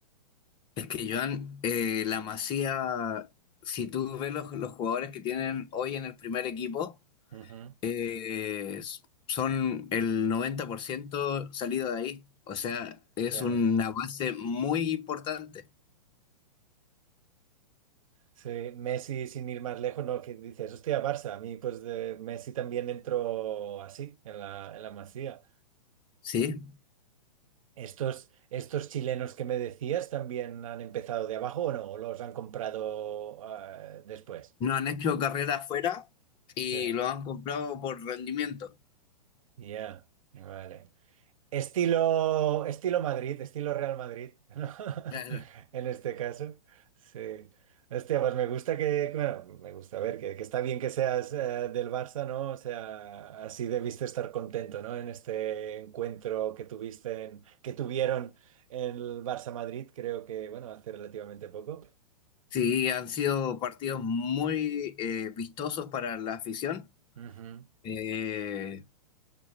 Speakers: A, on the left; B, on the right.
A: Es que Joan, eh, la Masía, si tú ves los, los jugadores que tienen hoy en el primer equipo,
B: Ujú,
A: eh, son el 90% salido de ahí. O sea, es
B: Ya
A: una
B: ves.
A: base muy importante,
B: Sí, Messi sin ir más lejos, no, que dices, hostia, Barça, a mí pues de Messi también entró así, en la, en la Masía.
A: ¿sí?
B: ¿Estos, estos chilenos que me decías también han empezado de abajo o no? ¿O los han comprado eh, después?
A: No han hecho carrera afuera y
B: Sí,
A: lo han comprado por rendimiento.
B: ya, Vale. Estilo, estilo Madrid, estilo Real Madrid, ¿no? <laughs>
A: Claro.
B: En este caso, sí. Hostia, pues me gusta que, bueno, me gusta ver que, que está bien que seas eh, del Barça, ¿no? O sea, así debiste estar contento, ¿no? En este encuentro que tuviste, en- que tuvieron en el Barça Madrid, creo que, bueno, hace relativamente poco.
A: Sí, han sido partidos muy eh, vistosos para la afición.
B: Ujú.
A: Eh,